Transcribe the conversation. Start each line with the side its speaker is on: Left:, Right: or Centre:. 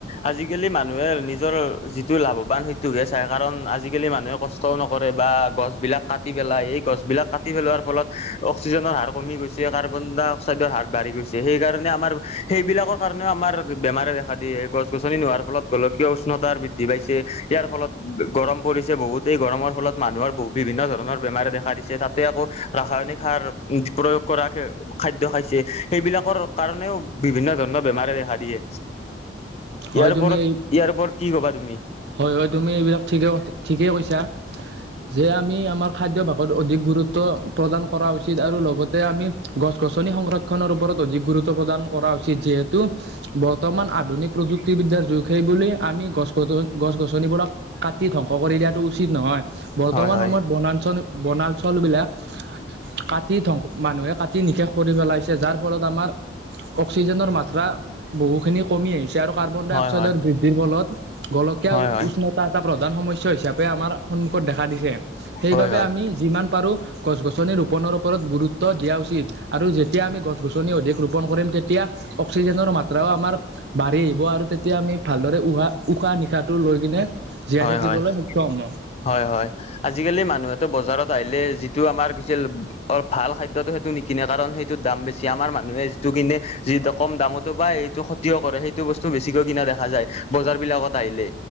Left: আজিকালি মানুহে নিজৰ যিটো লাভৱান সেইটোকহে চায়, কাৰণ আজিকালি মানুহে কষ্ট -ষ্টও নকৰে বা গছ বিলাক কাটি পেলায়। সেই গছবিলাক কাটি পেলোৱাৰ ফলত অক্সিজেনৰ হাৰ কমি গৈছে কাৰ্বন-ডাই-অক্সাইডৰ হাৰ বাঢ়ি গৈছে। সেইকাৰণে আমাৰ সেইবিলাক -ৰ কাৰণেও আমাৰ বেমাৰে দেখা দিয়ে। গছ-গছনি নোহোৱাৰ ফলত গোলকীয় উষ্ণতা বৃদ্ধি পাইছে। ইয়াৰ ফলত গৰম পৰিছে বহুত। এই গৰমৰ ফলত মানুহৰ বহ- বিভিন্ন ধৰণৰ বেমাৰে দেখা দিছে। তাতে আকৌ ৰাসায়নিক সাৰ প্ৰয়োগ কৰাক খাদ্য খাইছে। সেইবিলাকৰ কাৰণেও বিভিন্ন ধৰণৰ বেমাৰে দেখা দিয়ে।
Right: হয়
Left: ইয়াৰ ওপৰত
Right: তুমি
Left: -ইয়াৰ ওপৰত কি কবা তুমি?
Right: হয়। হয়। তুমি এইবিলাক ঠিকে, ঠিকেই কৈছা। যে আমি আমাৰ খাদ্যভাসত অধিক গুৰুত্ব প্ৰদান কৰা উচিত। আৰু লগতে আমি গছ-গছনি সংৰক্ষনৰৰ ওপৰত অধিক গুৰুত্ব প্ৰদান কৰা উচিত। যিহেতু বৰ্তমান আধুনিক প্ৰযুক্তিবিদ্যাৰ যুগ। সেই বুলি আমি গছ-গছনি গছ-গছনিবোৰক কাটি ধ্বংস কৰি দিয়াটো উচিত নহয়। বৰ্তমান
Left: হয় হয়
Right: সময়ত বনাঞ্চল বনাঞ্চলবিলাক কাটি ধং, মানুহে কাটি নিশেষ কৰি পেলাইছে। যাৰ ফলত আমাৰ অক্সিজেনৰ মাত্ৰা বহুখিনি কমি আহিছে। আৰু কাৰ্বন-ডাই-
Left: হয়
Right: অক্সাইডৰ
Left: হয়
Right: বৃদ্ধিৰ ফলত গোলকীয়া
Left: হয় হয়
Right: উষ্ণ -তা এটা প্ৰধান সমস্যা হিচাপে আমাৰ সন্মুখত দেখা দিছে। সেইবাবে
Left: হয় হয়
Right: আমি যিমান পাৰোঁ গছ-গছনি ৰোপণৰ ওপৰত গুৰুত্ব দিয়া উচিত। আৰু যেতিয়া আমি গছ-গছনি অধিক ৰোপণ কৰিম, তেতিয়া অক্সিজেনৰ মাত্ৰাও আমাৰ বাঢ়ি আহিব। আৰু তেতিয়া আমি ভালদৰে উহা- উশাহ -নিশাহ -টো লৈ কিনে জীয়াই
Left: হয়
Right: থাকিবলৈ
Left: হয়
Right: সক্ষম হম।
Left: হয়। হয়। আজিকালি মানুহেতো বজাৰত আহিলে, যিটো আমাৰ কি আছিল, ভাল খাদ্যটো সেইটো নিক -কিনে কাৰণ সেইটোত দাম বেছি। আমাৰ মানুহে যিটো কিনে যি কম দামতো পাই, এইটো <unintelligible> কৰে সেইটো বস্তু বেছিকৈ কিনা দেখা যায়। বজাৰ বিলাকত আহিলে।